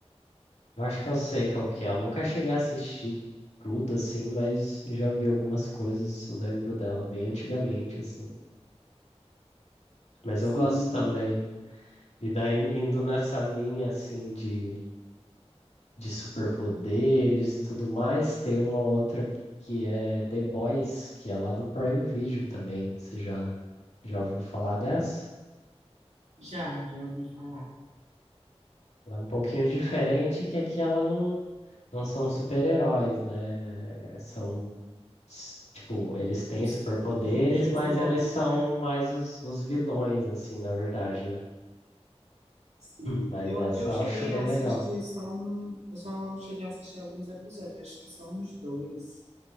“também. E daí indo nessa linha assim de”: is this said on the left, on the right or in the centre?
Left